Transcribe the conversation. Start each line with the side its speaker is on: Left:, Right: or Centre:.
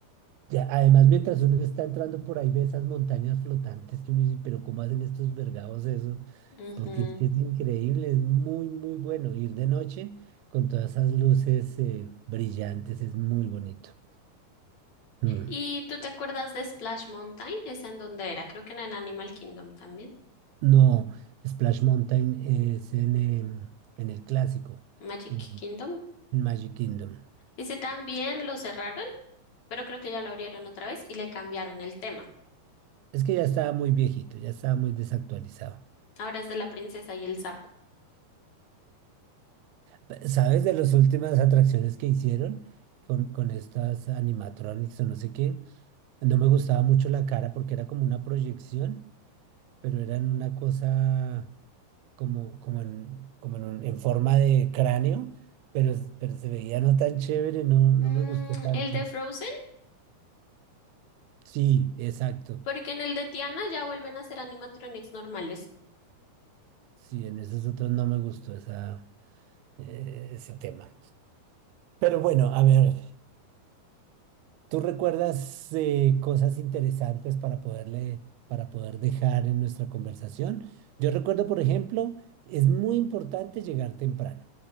Right: Ya, además, mientras uno está entrando por ahí, ve esas montañas flotantes que uno dice, pero ¿cómo hacen estos vergados eso?
Left: Ujú.
Right: Porque es que es increíble, es muy, muy bueno ir de noche con todas esas luces eh, brillantes, es muy bonito. Mm.
Left: ¿Y tú te acuerdas de Splash Mountain? ¿Es en dónde era? Creo que en el Animal Kingdom también.
Right: No, Splash Mountain es en, em, en el clásico,
Left: Magic
Right: en,
Left: Kingdom.
Right: en Magic Kingdom.
Left: Ese también lo cerraron, pero creo que ya lo abrieron otra vez y le cambiaron el tema.
Right: Es que ya estaba muy viejito, ya estaba muy desactualizado.
Left: Ahora es de la princesa y el sapo.
Right: Pe- ¿Sabes de las últimas atracciones que hicieron con, con estas animatronics o no sé qué? No me gustaba mucho la cara porque era como una proyección, pero era en una cosa como, como, en, como en, un- en forma de cráneo, pero, pero se veía no tan chévere, no, no
Left: Mm,
Right: me gustó tanto.
Left: el de Frozen,
Right: Sí, exacto.
Left: porque en el de Tiana ya vuelven a ser animatronics normales.
Right: Sí, en esos otros no me gustó esa, eh, ese tema. Pero bueno, a ver, ¿tú recuerdas eh, cosas interesantes para poderle, para poder dejar en nuestra conversación? Yo recuerdo, por ejemplo, es muy importante llegar temprano.